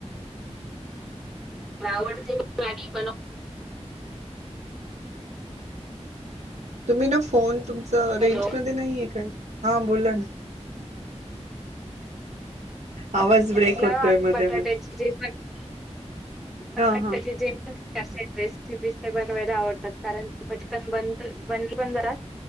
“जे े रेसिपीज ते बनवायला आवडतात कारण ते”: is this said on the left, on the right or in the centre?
Centre